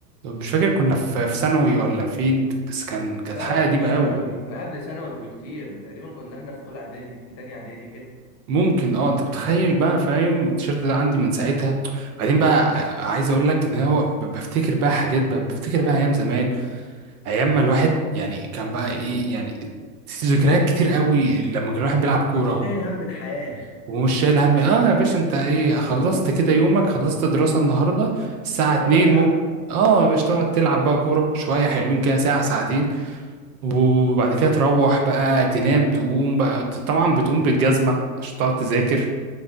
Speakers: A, on the right (about 65°); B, on the left (about 30°).
A: مش فاكر كنا في في ثانوي ولا فين بس كان كانت
B: لا
A: حاجه
B: لا
A: قديمه
B: مش ثانوي
A: قوي
B: كان قبل ثانوي بكتير ده تقريبا كنا احنا في أولى إعدادي تانية إعدادي كده
A: ممكن اه انت متخيل بقى فاهم التيشيرت ده عندي من ساعتها بعدين بقى ع- عايز اقول لك ان هو ب- بفتكر بقى حاجات بقى بفتكر بقى ايام زمان ايام ما الواحد يعني كان بقى ايه يعني ذكريات كتير قوي لما كان الواحد بيلعب كوره
B: كانش شايل هم الحياة
A: ومش شايل هم اه يا باشا انت ايه خلصت كده يومك خلصت دراسه النهارده الساعه 2
B: يلا نلعب
A: ممكن اه يا باشا تقعد تلعب بقى كوره شويه حلوين كده ساعه ساعتين وبعد كده تروح بقى تنام تقوم بقى طبعا بتقوم بالجزمة عشان تقعد تذاكر